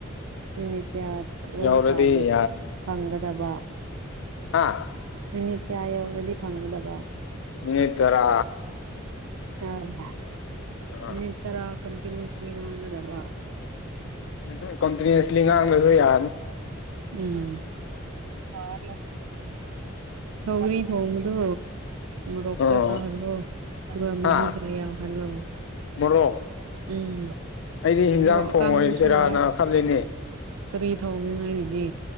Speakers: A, on the right; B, on the left.
A: ꯃꯤꯅꯤꯠ ꯀꯌꯥ
B: ꯌꯧꯔꯗꯤ
A: ꯋꯥꯔꯤ ꯁꯥꯔꯗꯤ ꯐꯪꯒꯗꯕ
B: ꯍꯥꯥ
A: ꯃꯤꯅꯤꯠ ꯀꯌꯥ ꯌꯧꯔꯗꯤ ꯐꯪꯒꯗꯕ
B: ꯃꯤ ꯇꯔꯥ
A: ꯌꯥꯔ
B: ꯑꯥ
A: ꯏ ꯏꯇꯔ ꯀꯟꯇ ꯁꯗꯕ
B: ꯎꯝ ꯀꯣꯟꯇꯤꯗꯦꯟꯁꯂꯤ ꯉꯥꯡꯗꯁꯨ ꯌꯥꯔꯅꯤ
A: ꯎꯝ ꯐꯥꯔ ꯍ꯭ꯔꯤ ꯍꯣꯡꯃꯗꯨ ꯔꯣꯈꯔ
B: ꯑꯣ
A: ꯁꯥ ꯍꯂꯣ ꯑꯗꯨꯒ ꯃ
B: ꯍꯥ
A: ꯈ ꯍꯜꯂꯣ
B: ꯃꯣꯔꯣꯛ
A: ꯎꯝ
B: ꯑꯩꯗꯤ ꯍꯤꯟꯖꯥꯡ
A: ꯃꯣꯔꯣꯛ
B: ꯊꯣꯡꯉꯣꯏ
A: ꯑꯀꯥꯡꯕꯁꯨ
B: ꯆꯦꯔꯥꯅ
A: ꯌꯥꯏ
B: ꯈꯜꯂꯤꯅꯦ
A: ꯀꯔꯤ ꯊꯧꯅꯤꯉꯥꯏꯗꯨꯗꯤ